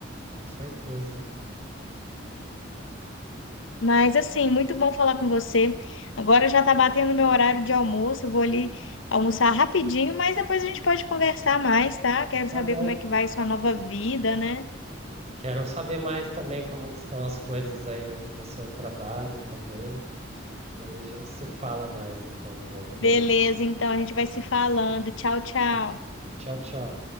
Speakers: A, on the right; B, on the left.
A: com certeza.
B: Mas assim, muito bom falar com você. Agora já está batendo meu horário de almoço, eu vou ali almoçar rapidinho, mas depois a gente pode conversar mais, tá? Quero
A: Tá
B: saber
A: bom.
B: como é que vai sua nova vida, né?
A: Quero saber mais também como que estão as coisas aí no, no seu trabalho também. Daí a gente se fala mais então num outro
B: Beleza,
A: momento.
B: então a gente vai se falando. Tchau, tchau.
A: Tchau, tchau.